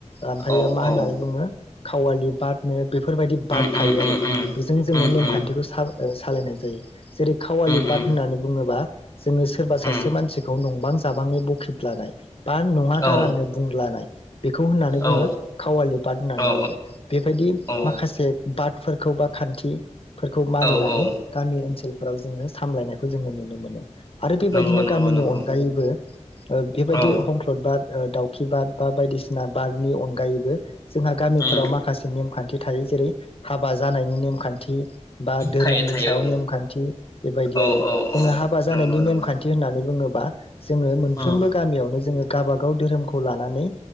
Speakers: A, on the left (about 50°); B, on the left (about 25°).
A: ओमफायो
B: औ
A: मा
B: औ
A: होननानै बुङो खावालि बारनो बेफोरबायदि
B: उम
A: बार्द
B: उम
A: थायो
B: उम
A: आरो
B: उम
A: बेजों जोङो
B: उम
A: नेमखान्थिखौ
B: उम
A: सा सालायनाय जायो। जेरै खावालि
B: उम उम
A: बाद होननानै बुङोबा जोङो सोरबा
B: उम
A: सासे मानसिखौ नंबां जाबांङै बखिद लानाय बा नङा
B: औ
A: गारानो बुंलानाय बेखौ होननानै
B: औ
A: बुड़ो खावालि बाद होननानै
B: औ
A: बुङो बेबायदि
B: औ
A: माखसे बाद फोरखौ बा खान्थि फोरखौ मानिनानै
B: औ औ
A: गामि ओनसोल फोराव जोङो सामलायनायखौ जोङो नुनो मोनो। आरो बेबायदिनो
B: नंगौ नंगौ
A: गामिनि
B: नंगौ
A: अनगायैबो बेबायदि
B: औ
A: हंख्लद बाद दाउखि बाद बा बायदिसिना सिना बाद नि अन गायैबो जोंहा गामिफोराव
B: उम
A: माखासे नेम खान्थि थायो जेरै हाबा जानायनि नेमखान्थि बा धोरोमनि
B: थायो थायो
A: सायाव
B: औ
A: नेमखान्थि बेबायदि
B: औ
A: आरो
B: औ
A: जोङो हाबा जानायनि
B: नंगौ नंगौ
A: नेमखान्थि होननानै बुङो बा जोङो मोनफ्रोमबो
B: उम
A: गामियावनो जोङो गावबागाव धोरोमखौ लानानै